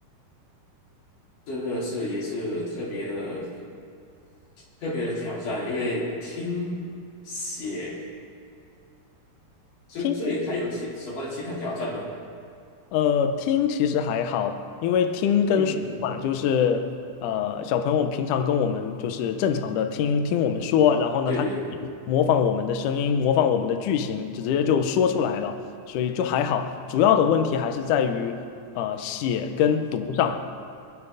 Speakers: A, on the left; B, on the left.
A: <laughs> 这个是也是特别的特别的挑战，因为听写，所以所以还有其什么其他挑战吗？
B: 听。呃，听其实还好，因为听跟说嘛，
A: 嗯哼，
B: 就是呃，小朋友平常跟我们就是正常的听听我们说，然后呢，
A: 对对对，
B: 他模仿我们的声音，模仿我们的句型，直接就说出来了，所以就还好。主要的问题还是在于呃写跟读上。